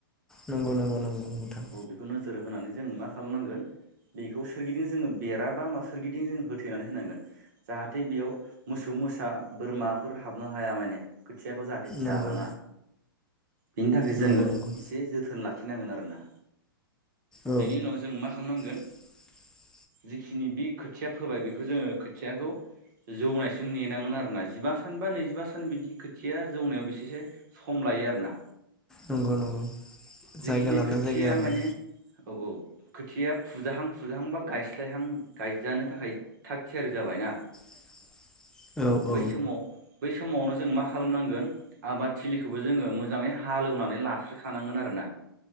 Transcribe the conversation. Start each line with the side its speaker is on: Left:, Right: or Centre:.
Centre: नंगौ नंगौ
Right: <inaudible>
Centre: नंगौ नोंथां
Right: औ बेखौ नोजोर होनानै जोङो मा खालामनांगोन? बेखौ सोरगिदिं जोङो बेरा बा मा सोरगिदिं जोङो होथैनानै होनांगोन जाहाथे बेयाव मोसौ मोस बोरमाफोर हाबनो हाया माने खोथियाखौ जाहाथे जालाङा।
Centre: नंगौ
Right: बिनि थाखाय जोङो
Centre: नंगौ नंगौ
Right: एसे जोथोन लाखिनांगोन आरोना।
Centre: औ
Right: बेनि उनाव जों मा खालामनांगोन।
Centre: <inaudible>
Right: जिखिनि बे खोथिया फोबाय बेखौ जोङो खोथियाखौ जौनायसिम नेनां <unintelligible> आरोना जिबा सान बा नैजिबा सान बिदि खोथिया जौनायाव बेसेसो सम लायो आरोना।
Centre: नंगौ नंगौ जायगा
Right: जेखिनि
Centre: लाना
Right: खोथिया
Centre: जायगा आरोना
Right: माने औ औ। खोथिया फुजाहां- फुजाहां बा गायस्लायहां गायजानो थाखाय थाग थियारि जाबायना।
Centre: <inaudible> औ
Right: बै समाव बै समावनो जों मा खालामनांगोन आबाद थिलिखौबो जोङो मोजाङै हालौ <unintelligible> लास्रोखानांगोन आरोना